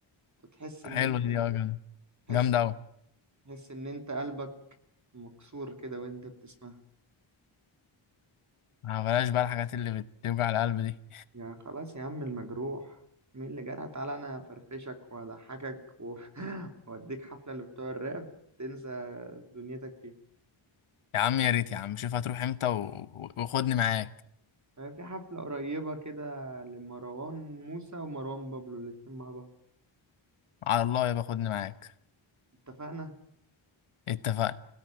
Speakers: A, on the right; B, on the left.
A: تحس
B: حلوة
A: إن أنت
B: دي اه جامدة
A: تحس
B: جامدة أوي
A: تحس إن أنت قلبك مكسور كده وأنت بتسمعها
B: آه، بلاش بقى الحاجات اللي بتوجع القلب دي
A: يا خلاص يا عم المجروح مين اللي جرح تعالى أنا أفرفشك وأضحكك و... <laughs> وأديك حفلة اللي بتوع الراب تنسى دنيتك فيها
B: يا عم يا ريت يا عم شوف هتروح امتى و... و- وخدني معاك
A: أنا في حفلة قريبة كده لمروان موسى ومروان بابلو الاتنين مع بعض
B: على الله يبقى خدني معاك
A: اتفقنا
B: اتفقنا